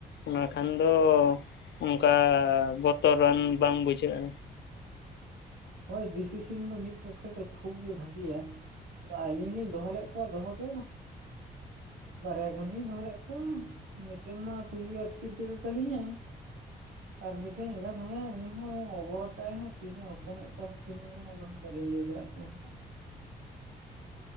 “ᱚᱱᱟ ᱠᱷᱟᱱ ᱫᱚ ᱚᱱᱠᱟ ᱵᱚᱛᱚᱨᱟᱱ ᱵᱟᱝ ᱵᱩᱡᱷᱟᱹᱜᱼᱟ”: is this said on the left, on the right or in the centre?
Left